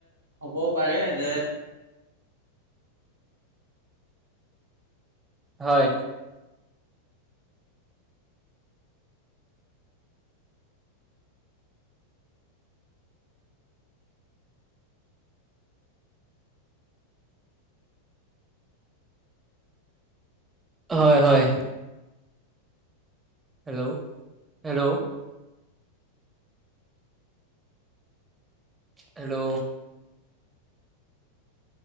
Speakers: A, on the right; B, on the right.
A: হ'বও পাৰে যে
B: হয়। হয়-হয়। Hello, - hello, hello,